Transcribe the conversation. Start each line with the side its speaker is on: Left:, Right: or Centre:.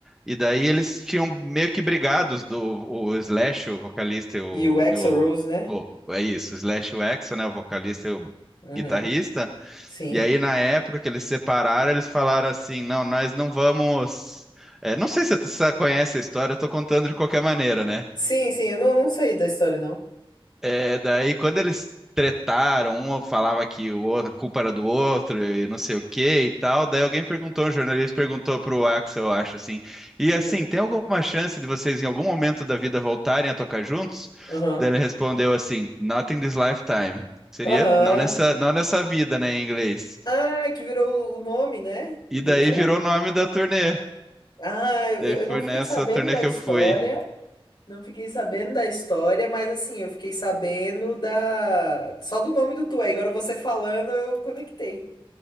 Centre: e daí eles tinham meio que brigados do o Slash, o vocalista e o,
Left: E o Axl
Centre: e o-
Left: Rose, né?
Centre: o- é isso, o Slash e o Axl, né, o vocalista e o
Left: Uhum.
Centre: guitarrista.
Left: Sim.
Centre: E aí na época que eles separaram, eles falaram assim, não, nós não vamos é, não sei se você conhece a história, eu tô contando de qualquer maneira, né?
Left: Sim, sim, eu não, não sei da história, não.
Centre: É, daí quando eles tretaram, um falava que o outro- a culpa era do outro e não sei o que e tal, daí alguém perguntou, um jornalista perguntou pro Axel, eu acho assim, e
Left: Hum.
Centre: assim, tem alguma chance de vocês em algum momento da vida voltarem a tocar juntos?
Left: Aham.
Centre: Daí ele respondeu assim, not in this lifetime. Seria
Left: Aham.
Centre: não nessa, não nessa vida, né, em inglês.
Left: Ah, que virou o nome, né?
Centre: E
Left: Do
Centre: daí
Left: tour?
Centre: virou o nome da turnê.
Left: Ah, eu
Centre: Daí foi
Left: eu não fiquei
Centre: nessa
Left: sabendo
Centre: turnê
Left: da
Centre: que
Left: história,
Centre: eu fui.
Left: não fiquei sabendo da história, mas assim, eu fiquei sabendo da só do nome do tu. Aí agora você falando, eu conectei.